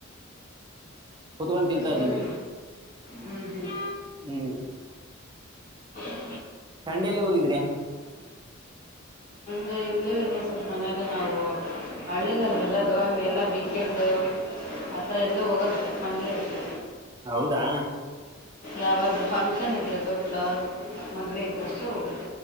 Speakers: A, on the right; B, on the left.
A: ಕುತ್ಕೊಂಡ್ ತಿಂತಾ
B: ಸರಿ,
A: ಇದ್ದೀನಿ
B: ಹ್ಮ್, ಹ್ಮ್
A: ಹ್ಮ್
B: -
A: ಸಂಡೇೆಯಲ್ಲಿ ಹೋಗಿದ್ರೆ,
B: ಇಲ್ಲಿ ಇಲ್ಲಿ ಸರ್ ಮನೇಲಿ ನಾವು ಹಳ್ಳಿಲ್ಲಿ ಇರೋದು ಹಂಗೆಲ್ಲ. ವೀಕೆಂಡು ಆ ಥರ ಎಲ್ಲೂ ಹೋಗಲ್ಲ ಮನೆಯಲಿ ಇರ್ತೀವಿ ‌.
A: ಹೌದಾ,
B: ಯಾವಾದ್ರೂ ಫಂಕ್ಷನ್ ಇದ್ರೆ ತೊಟ್ಲ ಮದುವೆ ಇದ್ರಷ್ಟೇ ಹೋಗೋದು.